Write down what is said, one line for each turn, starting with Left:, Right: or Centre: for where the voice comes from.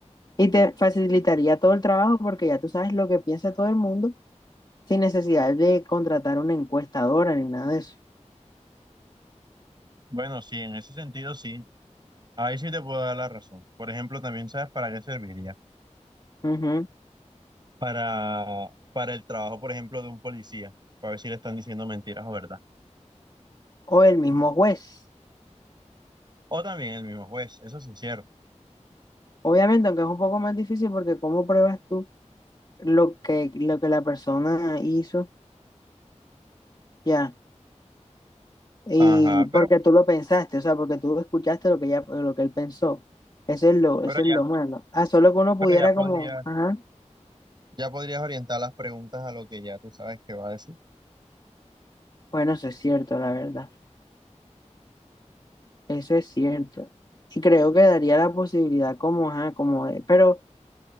Left: Y te facilitaría todo el trabajo porque ya tú sabes lo que piensa todo el mundo sin necesidad de contratar una encuestadora ni nada de eso.
Right: Bueno, sí, en ese sentido sí, ahí sí te puedo dar la razón. Por ejemplo, también sabes para qué serviría.
Left: Ujú.
Right: para, para el trabajo, por ejemplo, de un policía, para ver si le están diciendo mentiras o verdad.
Left: O el mismo juez.
Right: O también el mismo juez, eso sí es incierto.
Left: Obviamente, aunque es un poco más difícil porque cómo pruebas tú lo que, lo que la persona hizo, ya. Y
Right: Ajá,
Left: porque
Right: pero,
Left: tú lo pensaste, o sea, porque tú escuchaste lo que ella, lo que él pensó. Eso es lo,
Right: pero
Left: eso es
Right: ya,
Left: lo malo. Ah, solo que uno
Right: pero
Left: pudiera
Right: ya podría,
Left: como, ajá,
Right: ya podrías orientar las preguntas a lo que ya tú sabes que va a decir.
Left: bueno, eso es cierto, la verdad. Eso es cierto. Y creo que daría la posibilidad como, ajá, como de, pero,